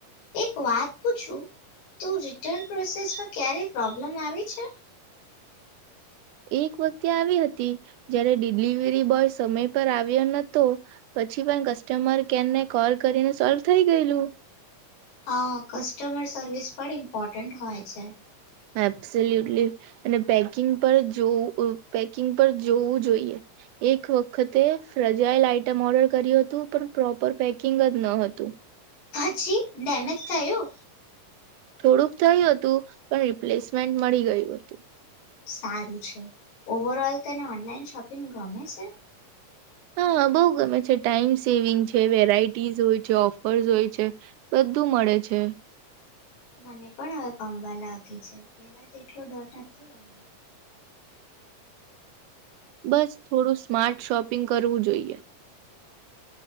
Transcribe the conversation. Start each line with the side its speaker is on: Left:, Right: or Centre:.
Left: એક વાત પૂછું તું રિટર્ન પ્રોસેસમાં ક્યારે પ્રોબ્લેમ આવી છે
Right: એક વખતે આવી હતી જયારે ડિલિવરી બોય સમય પર આવ્યો નતો પછી પણ કસ્ટમર કેરને કોલ કરીને સોલ્વ થઈ ગયેલું
Left: હા કસ્ટમર સર્વિસ પણ ઇમ્પોર્ટન્ટ હોય છે
Right: એબ્સલ્યુટલી અને પેકિંગ પર જોવું પેકિંગ પર જોવું જોઈએ એક વખતે ફ્રજાયલ આઈટમ ઓર્ડર કર્યું હતું પણ પ્રોપર પેકિંગ જ ન હતું
Left: પછી ડમેજ થું
Right: થોડુંક થયું હતું પણ રિપ્લેસમેન્ટ મળી ગયું હતું
Left: સારું છે ઓવર ઓલ તને ઓનલાઈન શોપિંગ ગમે છે
Right: હા બહુ ગમે છે ટાઈમ સેવિંગ છે વેરાઈટીસ હોય છે ઓફર્સ હોય છે બધું મળે છે
Left: મને પણ હવે કમવા લાગી છે પેલા જ એટલો ડર નથી રહ્યો
Right: બસ થોડું સ્માર્ટ શોપિંગ કરવું જોઈએ